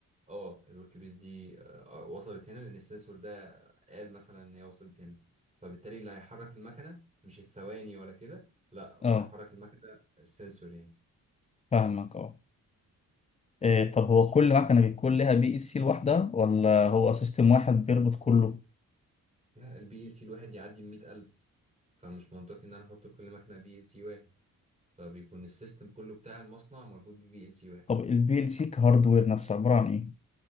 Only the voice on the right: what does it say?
اه الورك بيس دي آه، آه، وصلت هنا لان السنسور ده قال مثلا ان هي وصلت هنا فبالتالي اللي هيحرك المكنه مش الثواني ولا كده لا ولا
هيحرك المكنه السنسور يعني
لا البي ال سي الواحد يعدي ال 100000 فمش منطقي إن أنا أحط لكل مكنة بي ال سي واحد فبيكون السيستم كله بتاع المصنع مربوط ببي ال سي واحد